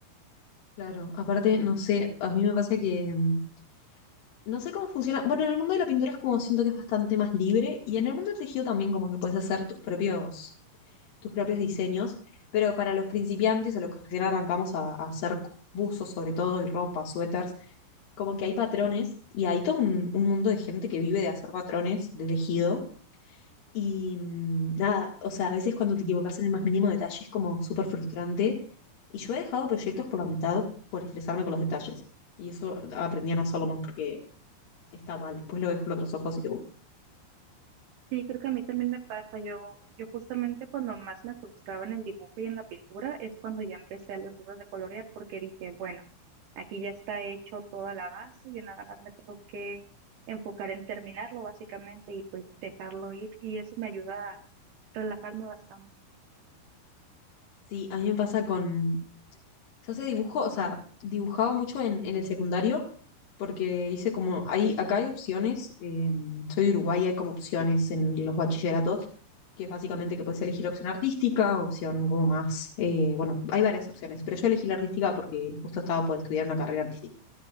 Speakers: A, on the left (about 55°); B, on the right (about 70°).
A: Claro, aparte, no sé, a mí me pasa que mm, no sé cómo funciona. Bueno, en el mundo de la pintura es como siento que es bastante más libre y en el mundo del tejido también como que puedes hacer tus propios, tus propios diseños, pero para los principiantes o los que recién arrancamos a, a hacer buzos sobre todo y ropa, suéteres, como que hay patrones y hay todo un, un mundo de gente que vive de hacer patrones de tejido y mm, nada, o sea, a veces cuando te equivocas en el más mínimo detalle es como súper frustrante. Y yo he dejado proyectos por la mitad por estresarme con los detalles. Y eso aprendí a no hacerlo más porque está mal. Después lo dejo en otros ojos si te gusta.
B: Sí, creo que a mí también me pasa. Yo, yo justamente cuando más me frustraba en el dibujo y en la pintura es cuando ya empecé a los libros de colorear porque dije, bueno, aquí ya está hecho toda la base, yo nada más me tengo que enfocar en terminarlo básicamente y pues dejarlo ir y eso me ayuda a relajarme bastante.
A: Sí, a mí me pasa con Yo sé dibujo, o sea, dibujaba mucho en, en el secundario porque hice como, hay, acá hay opciones, eh, soy de Uruguay, hay como opciones en los bachilleratos, que es básicamente que puedes elegir opción artística, opción como más, eh, bueno, hay varias opciones, pero yo elegí la artística porque justo estaba por estudiar una carrera artística.